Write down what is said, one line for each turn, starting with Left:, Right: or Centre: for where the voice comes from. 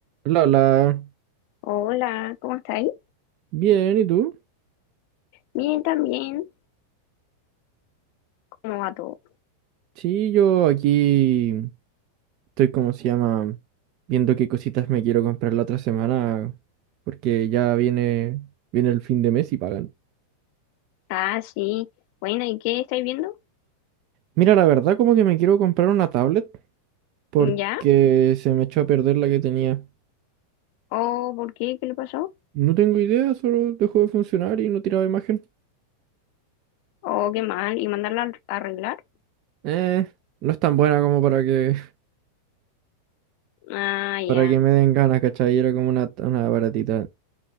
Right: La, la.
Left: Hola, ¿cómo estáis?
Right: Bien, ¿y tú?
Left: Bien, también. ¿Cómo va todo?
Right: Sí, yo aquí estoy, como se llama? Viendo qué cositas me quiero comprar la otra semana, porque ya viene, viene el fin de mes y pagan.
Left: Ah, sí. Bueno, ¿y qué estáis viendo?
Right: Mira, la verdad, como que me quiero comprar una tablet, porque
Left: ¿Ya?
Right: se me echó a perder la que tenía.
Left: ¿O por qué? ¿Qué le pasó?
Right: No tengo idea, solo dejó de funcionar y no tiraba imagen.
Left: ¿O qué mal? ¿Y mandarla al- a arreglar?
Right: Eh, no es tan buena como para que, <laughs>
Left: Ah, ya.
Right: para que me den ganas, ¿cachai? Era como una, una baratita.